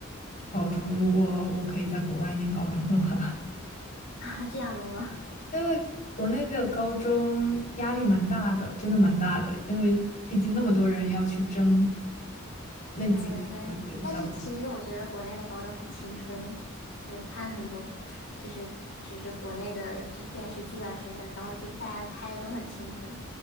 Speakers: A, on the left (about 40°); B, on the left (about 80°).
A: 高中，如果我可以在国外念高中的话，
B: 啊，这样的吗？
A: <laughs> 因为国内的高中压力蛮大的，真的蛮大的，因为毕竟那么多人要去争那几个小学校的，
B: 对，那但是其实我觉得国内的高中很青春诶，就看很多就是就是国内的就是电视剧啊之类的，然后就大家拍的都很青春，